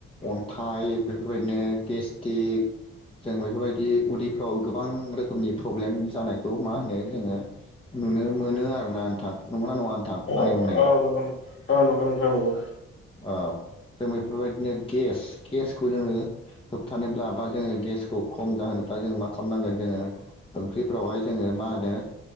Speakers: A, on the left; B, on the left.
A: अन्थाइ बेफोरबायदिनो गेस्टिक जों बेफोरबायदि उदैफ्राव गोबां रोखोमनि प्रब्लेम जानायखौ मा होनो जोङो नुनो मोनो आरोना नोंथां। नंगौना नङा नोंथां? आंनि
B: औ
A: बुंनाया
B: नंगौ ओं, औ नंगौ नोंथां औ।
A: औ। जों बेफोरबायदिनो गेस गेसखौ जोङो होबथानोब्ला बा जोङो गेसखौ खम जाहोनो ब्ला जों मा खालामनांगोन जोङो ओंख्रिफ्रावहाय जोङो मा होनो